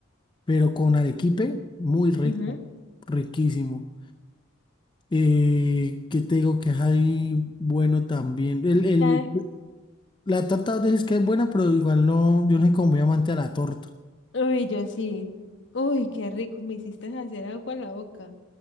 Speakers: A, on the left (about 20°); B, on the left (about 60°).
A: pero con arequipe, muy rico,
B: Ujú.
A: riquísimo. Eh, ¿qué te digo que hay bueno también? El, el,
B: Ay,
A: la torta dices que es buena, pero igual no, yo no soy como muy amante a la torta.
B: Uy, yo sí. Uy, qué rico, me hiciste hacer agua en la boca.